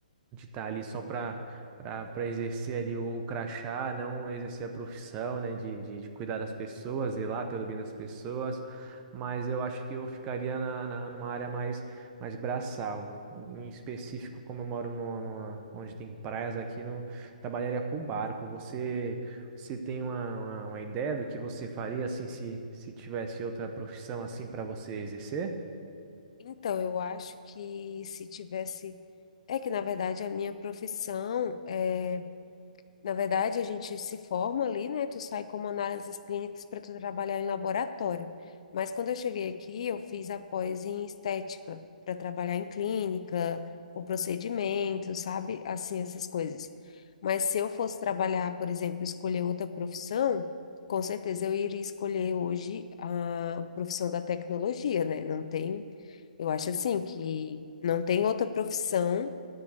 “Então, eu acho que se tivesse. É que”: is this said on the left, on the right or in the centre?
Left